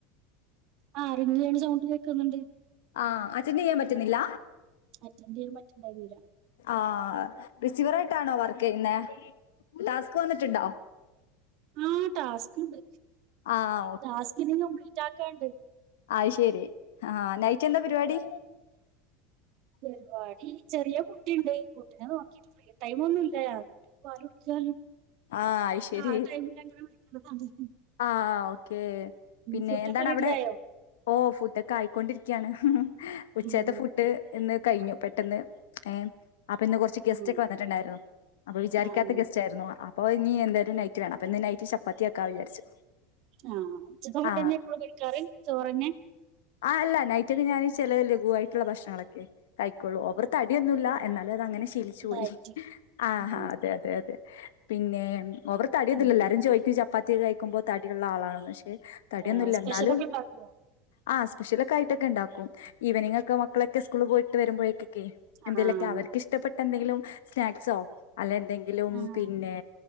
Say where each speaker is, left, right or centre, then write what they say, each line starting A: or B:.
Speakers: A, on the right (about 55°); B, on the left (about 80°).
A: ആഹ് റിങ്ങെയ്യണ സൗണ്ട് കേക്കുന്നുണ്ട്
B: ആഹ് അറ്റൻറ്റീയ്യാൻ പറ്റുന്നില്ല
A: അറ്റൻറ്റീയ്യാൻ പറ്റ്ണ്ടായിനില്ല
B: ആഹ് റിസീവർ ആയിട്ടാണോ വർക്കീയ്യുന്നേ ടാസ്ക് വന്നിട്ടുണ്ടോ
A: ഉം ടാസ്ക് ഉണ്ട്
B: ആഹ്
A: ടാസ്ക് ഇനിം കംപ്ലീറ്റ് ആക്കാണ്ട്
B: ആഹ് ശെരി ആഹ് നൈറ്റ് എന്താ പരിപാടി
A: പരിപാടി ചെറിയ കുട്ടീണ്ട് കുട്ടിനെ നോക്കിട്ട് ടൈമ് ഒന്നും ഇല്ല കുട്ടിക്ക് പാല് കൊട്ക്കാണ്
B: ആഹ് അത് ശരി
A: ആഹ് ടൈമിലങ്ങനെ വിളിക്കും ഒന്ന് കണ്ടൊക്കിം
B: ആഹ് ഓക്കേ പിന്നെ
A: ഫുഡൊക്കെ
B: എന്താണ്
A: റെഡി
B: അവിടെ
A: ആയോ
B: ഓ ഫുഡൊക്കെ ആയിക്കൊണ്ടിരിക്കാണ് ഉച്ചേത്തെ
A: ഉം
B: ഫുഡ് എന്ന് കഴിഞ്ഞു പെട്ടെന്ന് ഏഹ് അപ്പൊ ഇന്ന് കൊറച്ച് ഗസ്റ്റ്
A: ഉം
B: ഒക്കെ വന്നിട്ടുണ്ടായിരുന്നു അപ്പൊ വിചാരിക്കാത്ത
A: ആഹ്
B: ഗസ്റ്റ് ആയിരുന്നു അപ്പോ നി എന്തായാലും നൈറ്റ് വേണം അപ്പോ ഇന്ന് നൈറ്റ് ചപ്പത്തിയാക്കാന്ന് വിചാരിച്ചു
A: ആഹ് ഉച്ചക്കുള്ള
B: ആ
A: കഞ്ഞിയാഎപ്പോഴും കഴിക്കാറ് ചോറന്നെ
B: ആഹ് അല്ല നൈറ്റൊക്കെ ഞാൻ ചില ലഘുവായിട്ടുള്ള ഭക്ഷണങ്ങളൊക്കെ കഴിക്കൊള്ളൂ ഓവർ തടിയൊന്നുല്ല എന്നാലും അത് അങ്ങനെ തിൽച്ച് പോയി
A: ഡയറ്റ്
B: ആഹ്
A: ഉം
B: അതെ അതെ അതെ പിന്നെ അവർ തടിയൊന്നൂല്ലല്ലാരും
A: ഉം
B: ചോദിക്കും ചപ്പാത്തിക്ക കഴിക്കുമ്പോ തടി ള്ള ആളാണോ ന്ന് തടിയൊന്നുംല്ല
A: ആഹ് സ്പെഷ്യലൊക്കെ
B: എന്നാലും
A: ഉണ്ടാക്കോ?
B: ആ സ്പെഷ്യലൊക്കെ ആയിട്ടൊക്കെ ഉണ്ടാക്കും ഈവനിങ് ഒക്കെ മക്കളൊക്കെ സ്കൂള് പോയിട്ട് വരുമ്പോഴേക്കൊക്കെ
A: ആഹ്
B: എന്തേലൊക്കെ അവർക്ക്ഷ്ടപ്പെട്ട എന്തെങ്കിലും സ്നാക്സോ അല്ല എന്തെങ്കിലും
A: ആഹ്
B: പിന്നെ